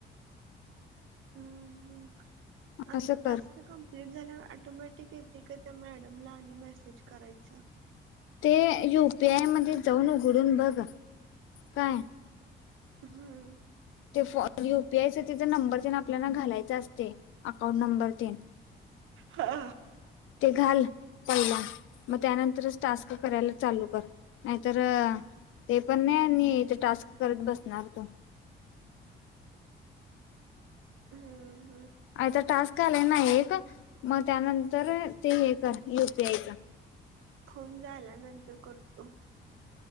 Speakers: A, on the right; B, on the left.
A: हम! आता
B: असं
A: टास्क
B: कर
A: क <unintelligible> झाल्यावर ॲटोमॅटिक येतय का, त्या मॅडमला आणि मेसेज करायचा?
B: ते यु पी आय मध्ये जाऊन उघडून बघ, काय
A: हम्म!
B: ते फ यू पीआयच तिथ नंबर तेन आपल्याला घालायच असतय, अकाउंट नंबर तेन
A: हा.
B: ते घाल पहिला, मग त्यानंतरच टास्क करायला चालू कर. नाहीतर, ते पण नाही, आणि ते टास्क करत बसणार तू.
A: हम!
B: आता टास्क आलाय ना एक, मग त्यानंतर ते हे कर, यु पी आयच.
A: फोन झाल्यानंतर करतो.